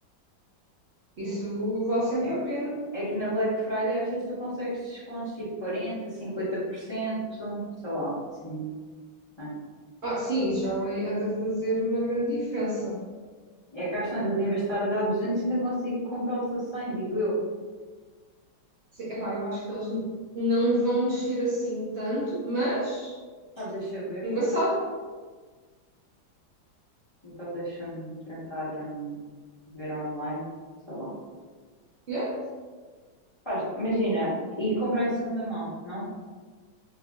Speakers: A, on the right (about 60°); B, on the left (about 40°).
A: isso vale sempre
B: É
A: a pena.
B: É que na Black Friday às vezes tu consegues descontos tipo 40, 50%, sei lá, assim, né?
A: Ah, sim, isso já vai é de fazer uma grande diferença.
B: E é que às tantas, em vez de estar a dar 200, ainda consigo comprá-los a 100, digo eu.
A: Sim, epá, eu acho que eles n- não vão descer assim tanto, mas
B: Pá, deixa ver.
A: nunca se sabe.
B: Então deixa-me tentar hum, ver online, sei lá.
A: Yeah.
B: Pá, imagina, e comprar em segunda mão, não?